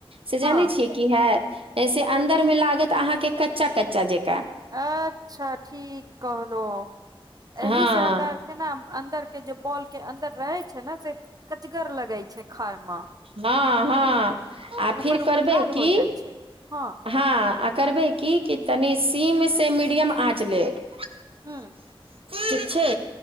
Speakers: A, on the right; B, on the right.
A: से
B: हँ
A: जानै छियै की हाएत से अन्दर मे लागत अहाँके कच्चा कच्चा जकाँ
B: अच्छा ठीक कहलहूँ एहि
A: हँ
B: से हमरा केना अन्दर के जे बॉल के अन्दर रहे छै ने से कचगर लगै छै खाय ममें
A: हँ हँ आ
B: ऊपर
A: फिर
B: उऊपर।
A: करबै
B: लाल
A: की
B: हो जाइ छै। हँ
A: हँ आ करबै की कि तनि सीम से मीडियम आँच लेब।
B: हूँ
A: ठीक छै।